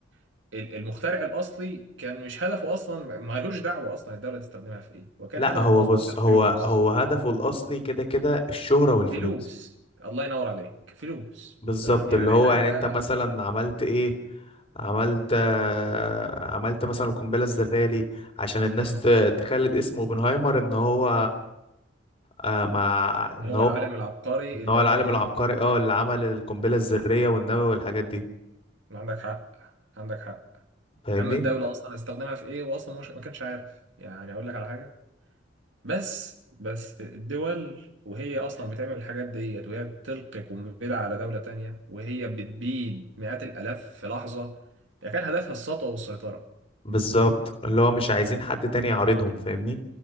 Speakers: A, on the right; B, on the left.
A: ال- المخترع الاصلي كان مش هدفه اصلا ما لهوش دعوه اصلا الدوله تستخدمها في ايه وكان
B: لا
A: هدفه
B: هو
A: الاصلي
B: بص
A: مثلا
B: هو
A: فلوس
B: هو هدفه الاصلي كده كده الشهرة والفلوس
A: فلوس الله ينور عليك فلوس
B: بالظبط
A: تمام يعني
B: اللي هو
A: حاجه
B: يعني انت مثلا عملت ايه عملت آه، عملت مثلا القنبله الذريه ليه عشان الناس
A: مم.
B: ت- تخلد اسم اوبنهايمر ان هو آه مع ان
A: هو
B: هو
A: العالم العبقري
B: ان
A: اللي
B: هو
A: عمل
B: العالم
A: ال...
B: العبقري اه اللي عمل القنبله الذريه والنووي والحاجات دي
A: عندك حق عندك حق
B: فاهمني
A: انما الدوله اصلا هتستخدمها في ايه هو اصلا مش ما كانش عارف يعني اقول لك على حاجه بس بس الدول وهي اصلا بتعمل الحاجات ديت وهي بتلقي قنبله على دوله تانية وهي بتبيد مئات الالاف في لحظه هي كان هدفها السطوه والسيطره
B: بالظبط اللي هو مش عايزين حد تاني يعارضهم فاهمني